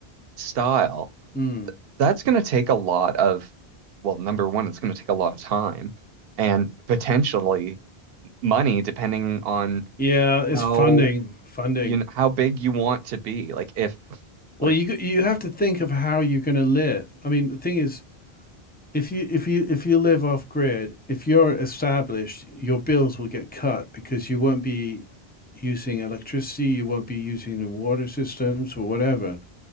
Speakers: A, on the right; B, on the left.
A: style,
B: Mm.
A: th that's going to take a lot of well, number one, it's going to take a lot of time and potentially money, depending on
B: Yeah, it's
A: how
B: funding, funding.
A: you know, how big you want to be. Like if
B: Well,
A: like
B: you you have to think of how you're going to live. I mean, the thing is, If you if you if you live off grid, if you're established, your bills will get cut because you won't be using electricity, you won't be using the water systems or whatever,